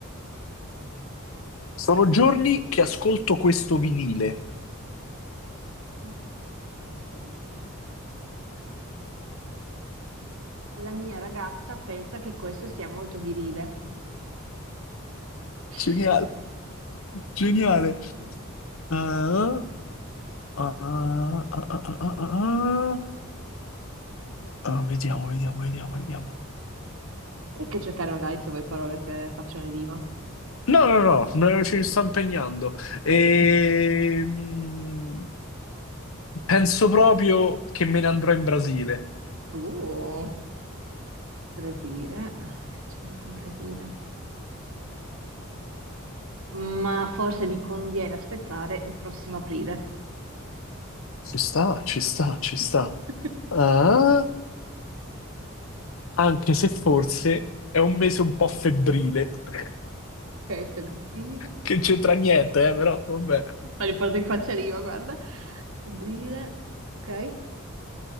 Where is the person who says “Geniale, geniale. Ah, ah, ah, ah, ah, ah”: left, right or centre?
Left